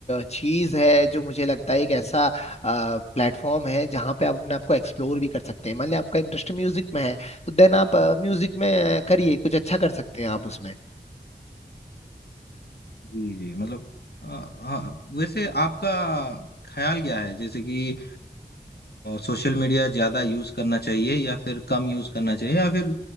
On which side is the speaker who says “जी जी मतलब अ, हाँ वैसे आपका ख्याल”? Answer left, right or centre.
Left